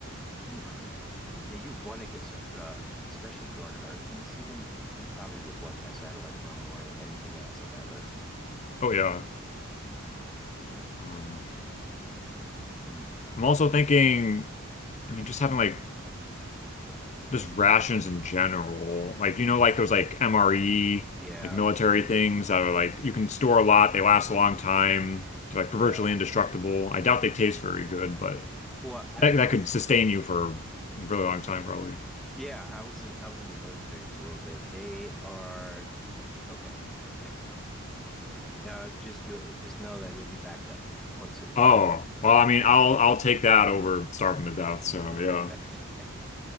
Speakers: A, in the centre; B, on the left.
A: Oof. Yeah, you want to get some, uh, especially during hurricane season, you probably would want that satellite phone more than anything else on that list.
B: Oh yeah. Um,
A: Hmm.
B: I'm also thinking, I mean, just having like just rations in general. Like, you know, like those like MRE,
A: Yeah,
B: like military things that are like you can store a lot, they last a long time, they're like
A: yeah.
B: virtually indestructible. I doubt they taste very good, but
A: Well, I
B: that that
A: I was
B: could sustain you for a really long time probably.
A: yeah, I was in I was in the military for a little bit. They are okay. <laughs> Uh, just you just know that you'll be backed up for quite some time.
B: Oh, well, I mean, I'll I'll take that over starving to death, so
A: <laughs>
B: yeah.